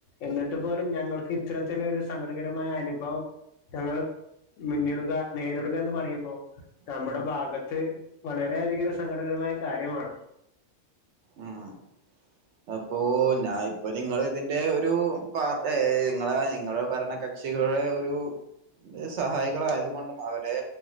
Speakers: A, on the left (about 85°); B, on the right (about 70°).
A: എന്നിട്ട് പോലും ഞങ്ങൾക്ക് ഇത്തരത്തിലൊരു സങ്കടകരമായ അനുഭവം ഞങ്ങള് മിന്നിടുക നേരിടുകാന്ന്‌ പറയുമ്പോ
B: ഉം
A: നമ്മുടെ ഭാഗത്ത്‌ വളരെയധികൊരു സങ്കടകരമായ കാര്യമാണ്
B: മ്മ് അപ്പൊ ഞായിപ്പോ നിങ്ങള് ഇതിന്റെ ഒരു പാർ എ ഏ ങ്ങള് ങ്ങള് പറയുന്ന കക്ഷികള് ഒരു സഹായികലായത് കൊണ്ടും അവരെ